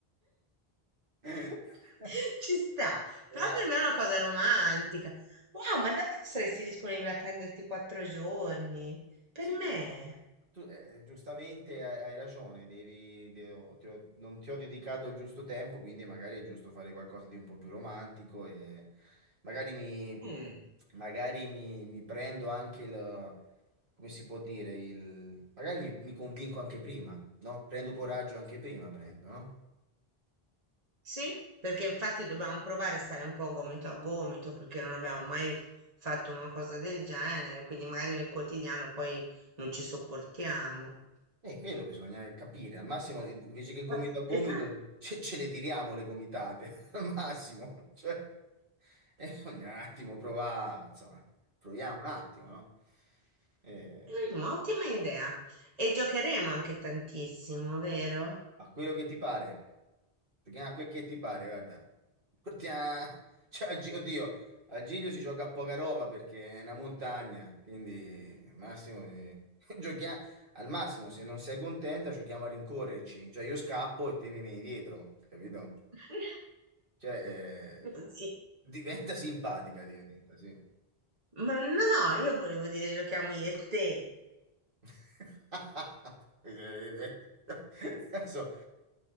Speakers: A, on the right; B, on the right.
A: <laughs>
B: <laughs> Ci sta,
A: Una-
B: però per me è una cosa romantica. Wow, ma davvero saresti disponibile a prenderti quattro giorni? Per
A: Sì,
B: me?
A: tu, eh, giustamente hai, hai ragione, devi, de- ho- ti ho- non ti ho dedicato il giusto tempo, quindi magari è giusto fare qualcosa di un po' più romantico e magari mi,
B: Mm.
A: magari mi, mi prendo anche il, come si può dire, il, magari mi, mi convinco anche prima, no? Prendo coraggio anche prima, prendo, no?
B: Sì, perché infatti dobbiamo provare a stare un po' gomito a gomito, perché non abbiamo mai fatto una cosa del genere, quindi magari nel quotidiano poi non ci sopportiamo.
A: E quello bisogna capire, al massimo invece che gomito
B: Eh,
A: a gomito
B: Esatto.
A: ce, ce le tiriamo le gomitate, <laughs> al massimo, cioè, e bisogna un attimo provare, insomma, proviamo un attimo, no? Eh,
B: Mm, Ottima idea. E giocheremo anche tantissimo, vero?
A: A quello che ti pare, perché a quel che ti pare, guarda. Portia- <laughs> cioè, oggi- oddio, al Giglio si gioca a poca roba perché è una montagna, quindi massimo di- <laughs> giochia- al massimo se non sei contenta giochiamo a rincorrerci, cioè io scappo e te mi vieni dietro, capito?
B: <laughs>
A: Cioè,
B: Così.
A: eh, diventa simpatica, diventa, sì.
B: Ma no, io volevo dire giochiamo io e te.
A: <laughs> Eh, eh, <laughs> Adesso,